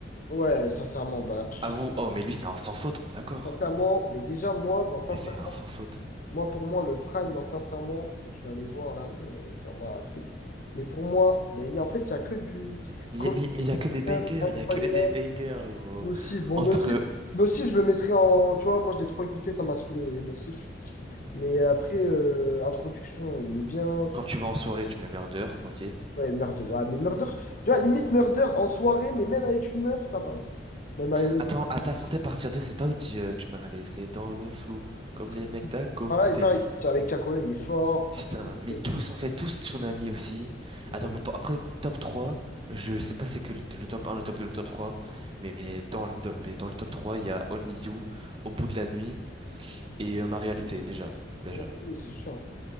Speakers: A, on the left (about 45°); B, on the right (about 30°).
A: ouais, sincèrement, bah, pff,
B: À vous, oh, mais lui, c'est un sans faute, d'accord.
A: sincèrement, mais déjà, moi, dans sincèrement,
B: Mais c'est un sans faute.
A: moi, pour moi, le prime dans sincèrement, je vais aller voir là, mais dans ma truc, mais pour moi, mais il y a- en fait, il n'y a que du
B: Il
A: Coldplay,
B: y a- mais mais il y a que des bangers,
A: Incroyable,
B: il y a que des bangers, gros.
A: Nocif. Bon,
B: Entre
A: Nocif, Nocif, je le mettrais en, tu vois, moi, je l'ai trop écouté, ça m'a saoulé, Nocif, mais après, euh, introduction, il est bien.
B: quand tu vas en soirée, tu mets Murder, ok.
A: Ouais, Murder. Ah, mais Murder, tu vois, limite Murder en soirée, mais même avec une meuf, ça passe. Même avec une
B: Attends,
A: meuf,
B: à ta santé, partir deux c'est pas où il dit euh, tu m'as laissé dans le flou, comme
A: c'est-
B: les mecs d'à côté.
A: voilà, et pareil, avec Chacola, il est fort.
B: Putain, mais
A: Et-
B: tous en fait, tous Tsunami aussi.
A: euh,
B: Attends, mais pour- après, top trois je sais pas c'est que le, le top un le top deux le top trois mais, mais dans le, do- mais dans le top 3 il y a Only You, Au bout de la nuit et euh, Ma réalité, déjà. Déjà.
A: euh, euh, C'est sûr.